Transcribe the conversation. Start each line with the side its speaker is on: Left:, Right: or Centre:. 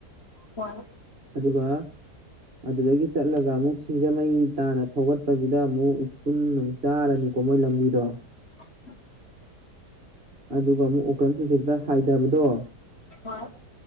Left: ꯍꯣꯏ
Right: ꯑꯗꯨꯒ ꯑꯗꯨꯗꯒꯤ ꯆꯠꯂꯒ ꯑꯃꯨꯛ ꯁꯤꯡꯖꯃꯩ ꯇꯥꯅ ꯊꯧꯒꯠꯄꯁꯤꯗ ꯑꯃꯨꯛ ꯎꯐꯨꯜ ꯅꯨꯡ ꯆꯥꯔꯅꯤꯀꯣ ꯃꯣꯏ ꯂꯝꯕꯤꯗꯣ
Left: <inaudible>
Right: ꯑꯗꯨꯒ ꯑꯃꯨꯛ ꯑꯣꯀ꯭ꯔꯝ ꯗꯨꯗꯩ ꯈꯤꯇꯪ ꯍꯥꯏꯗꯕꯗꯣ
Left: ꯍ‌ꯣꯏ